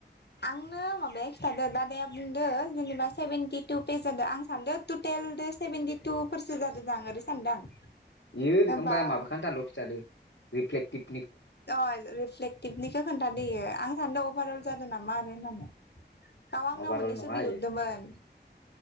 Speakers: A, on the left; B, on the left.
A: आंनो माबाया खिन्थादो दादाया बुंदों जेनेबा सेभेेनटि तु पेज जादों आं सानदों टटेल सेभेेनटि तु फोरसो जादों दां ओरै सानदों आं
B: यो होमबा
A: बा
B: माबा खानथाल' खिथादो। रिफेटिभ
A: अ रिफ्लेक्टिभनिखौ खोन्थादोयो आं सानदों अभारअल जादों नामा मार होनानै गाव आंनाव
B: अभारअल
A: मोननैसो
B: नङा
A: बिहरदोंमोन
B: इयो